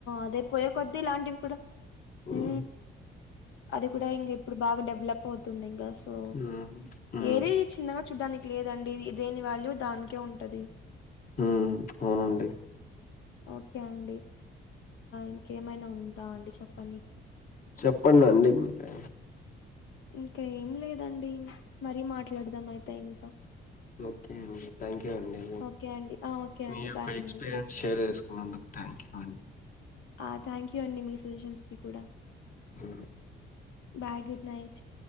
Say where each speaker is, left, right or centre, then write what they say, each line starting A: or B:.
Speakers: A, on the left (about 75°); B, on the left (about 40°).
A: అదే పోయే కొద్ది ఇలాంటివి కూడా
B: మ్మ్
A: ఉ అది కూడా ఇంగిప్పుడు బాగా డెవలప్ అవుతుంది ఇంగా సో
B: మ్మ్ మ్మ్
A: ఏది చిన్నగా చూడ్డానికి లేదండి దేని వాల్యూ దానికే ఉంటది
B: హ్మ్ అవునండి
A: ఓకే అండి ఇంకేమైనా ఉందా అండి చెప్పని
B: చెప్పండండి మీరే
A: ఇంకా ఏం లేదండి మరీ మాట్లాడదాం అయితే ఇంకా
B: ఓకే అండి థ్యాంక్ యూ అండి
A: ఓకే అండి ఆ ఓకే
B: మీ
A: అండి
B: యొక్క
A: బాయ్ అండి
B: ఎక్స్పీరియన్స్ షేర్ చేసుకు అందుకు థ్యాంక్ యూ అం
A: ఆ థ్యాంక్ యూ అండి మీ సజెషన్స్ కి కూడా
B: హ్మ్
A: బాయ్ గుడ్ నైట్